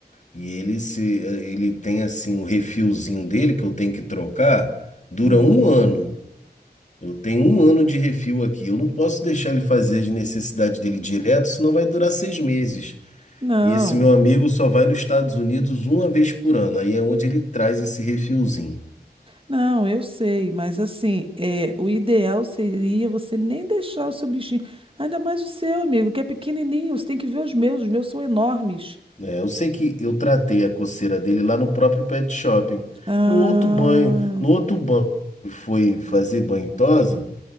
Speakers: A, on the left; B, on the right.
A: E ele, se, ele tem assim o refilzinho dele que eu tenho que trocar, dura
B: Hum.
A: um ano. Eu tenho um ano de refil aqui. Eu não posso deixar ele fazer as necessidades dele direto, senão vai durar seis meses.
B: Não,
A: E esse meu amigo só vai nos Estados Unidos uma vez por ano. Aí é onde ele traz esse refilzinho.
B: não, eu sei, mas assim, é, o ideal seria você nem deixar o seu bichinho, ainda mais o seu, amigo, que é pequenininho. Você tem que ver os meus, os meus são enormes.
A: É, eu sei que eu tratei a coceira dele lá no próprio pet shopping.
B: Ah.
A: No outro banho, no outro banho que foi fazer banho em tosa,